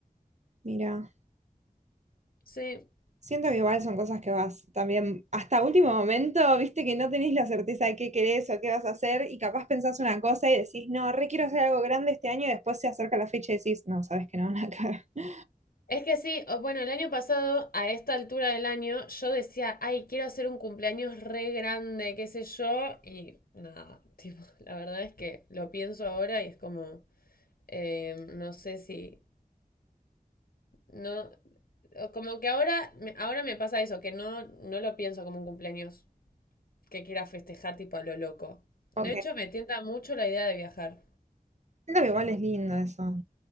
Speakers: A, on the right; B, on the left.
A: Mira.
B: Sí.
A: Siento que igual son cosas que vas también hasta último momento, viste que no tenés la certeza de qué querés o qué vas a hacer y capaz pensás una cosa y decís, no, re quiero hacer algo grande este año y después se acerca la fecha y decís, no, sabes que no, <laughs> nada que ver".
B: Es que sí, o- bueno, el año pasado, a esta altura del año, yo decía, ay, quiero hacer un cumpleaños re grande, qué sé yo, y nada, tipo, <laughs> la verdad es que lo pienso ahora y es como, eh, no sé si, no, o como que ahora, me- ahora me pasa eso, que no, no lo pienso como un cumpleaños que quiera festejar tipo a lo loco. De
A: Ok,
B: hecho, me tienta mucho la idea de viajar.
A: siento que igual es lindo eso,